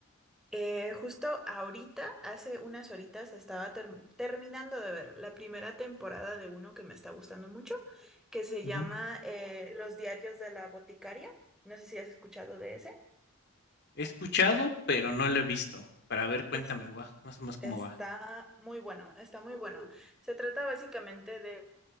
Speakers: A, in the centre; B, on the left.
A: Eh, justo ahorita, hace unas horitas, estaba ter- terminando de ver la primera temporada de uno que me está gustando mucho, que se
B: Ujú.
A: llama eh, Los Diarios de la Boticaria. No sé si has escuchado de ese.
B: He escuchado, pero no lo he visto. Para ver, cuéntame,
A: Es-
B: gua- más o menos cómo
A: está
B: va.
A: muy bueno, está muy bueno. Se trata básicamente de